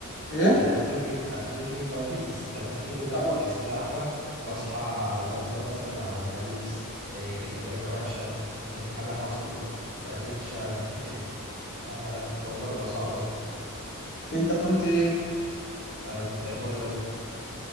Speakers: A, on the left (about 55°); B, on the right (about 45°).
A: ايه
B: يعني انا افتكر افتكر كوابيس يعني انا افتكر ان انا
A: اه
B: كنت في ثانويه عامه بصحى على بصحى مثلا على كابوس إيه، جبت درجه وحشه إيه، حاجه حصلت ما قدرتش امتحن فالموضوع بيبقى صعب قوي
A: انت كنت ايه
B: انا كنت علم رياضه